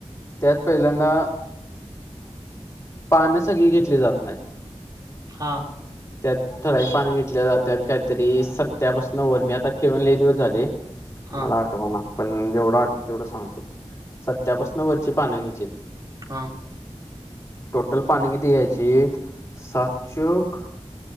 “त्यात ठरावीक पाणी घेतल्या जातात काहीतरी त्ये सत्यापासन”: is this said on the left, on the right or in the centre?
Left